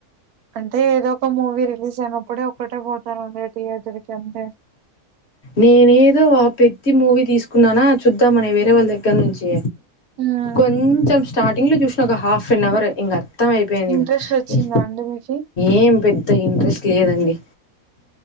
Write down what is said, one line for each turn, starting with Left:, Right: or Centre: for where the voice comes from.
Right: అంటే ఏదో ఒక మూవీ రిలీజ్ అయినప్పుడే ఒక్కటే పోతానండి థియేటర్ కి అంటే
Left: నేనేదో ఆ పెద్ద మూవీ తీసుకున్నానా చూద్దాం అని వేరే వాళ్ళ దగ్గర నుంచి
Right: హ్మ్.
Left: కొంచెం స్టార్టింగ్ లో చూసిన ఒక హాఫ్ అన్ అవర్ ఇంగది తం అయిపోయింది
Right: ఇంట్రెస్ట్
Left: ఇగ
Right: వచ్చిందా అండి మీకి?
Left: ఏం పెద్ద ఇంట్రెస్ట్ లేదండి